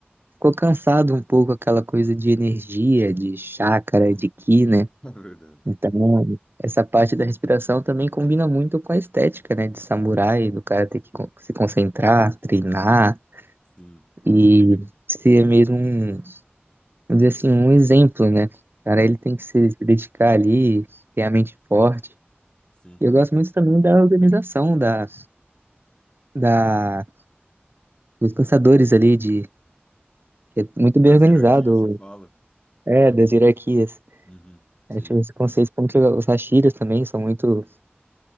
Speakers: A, on the right (about 60°); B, on the left (about 20°).
A: ficou cansado um pouco aquela coisa de energia, de chácara, de ki, né?
B: <laughs> é verdade.
A: Então, essa parte da respiração também combina muito com a estética, né, de samurai, do cara ter que con- se concentrar, treinar
B: Sim,
A: e ser mesmo um, vamos dizer assim, um exemplo, né? O cara,
B: é,
A: ele tem que se se dedicar ali, ter a mente forte.
B: sim.
A: E Eu gosto muito também da organização da, da dos caçadores ali de que é muito bem
B: As
A: organizado,
B: hierarquias, você fala?
A: é, das hierarquias.
B: Uhum, sim,
A: Acho que esse conceito como que os hashiras também são muito